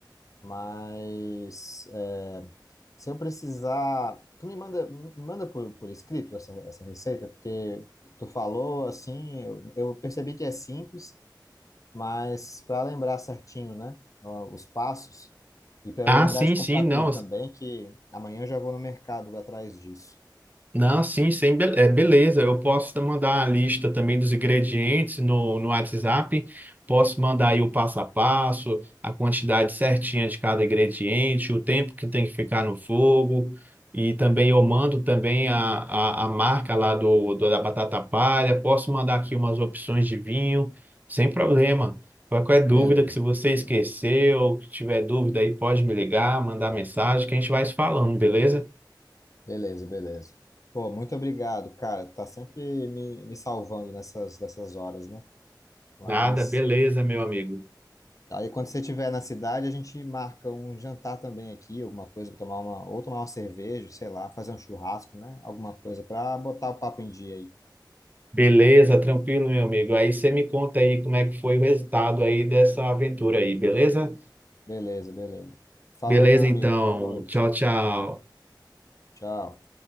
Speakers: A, on the left; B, on the right.
A: Mas é, se eu precisar, tu me manda me manda por, por escrito essa, essa receita, porque tu falou assim, eu, eu percebi que é simples, mas para lembrar certinho, né, ó, os passos e para
B: Ah,
A: eu lembrar
B: sim,
A: de comprar
B: sim, não.
A: tudo também, que amanhã eu já vou no mercado atrás disso.
B: Não, sim, sim, be- é, beleza. Eu posso te mandar a lista também dos ingredientes no, no WhatsApp. Posso mandar aí o passo a passo, a quantidade certinha de cada ingrediente, o tempo que tem que ficar no fogo. E também eu mando também a, a, a marca lá do, do- da batata palha. Posso mandar aqui umas opções de vinho, sem problema. Qualquer dúvida
A: Beleza.
B: que se você esqueceu, que tiver dúvida aí, pode me ligar, mandar mensagem, que a gente vai se falando, beleza?
A: Beleza, beleza. Pô, muito obrigado, cara. Tá sempre me, me salvando nessas, nessas horas, né? Mas
B: Nada, beleza, meu amigo.
A: aí quando você estiver na cidade, a gente marca um jantar também aqui, alguma coisa, tomar uma, ou tomar uma cerveja, sei lá, fazer um churrasco, né? Alguma coisa pra botar o papo em dia aí.
B: Beleza, tranquilo, meu amigo. Aí você me conta aí como é que foi o resultado aí dessa aventura aí, beleza?
A: Beleza, beleza. Falou,
B: Beleza,
A: meu amigo.
B: então.
A: Boa noite.
B: Tchau, tchau.
A: Tchau.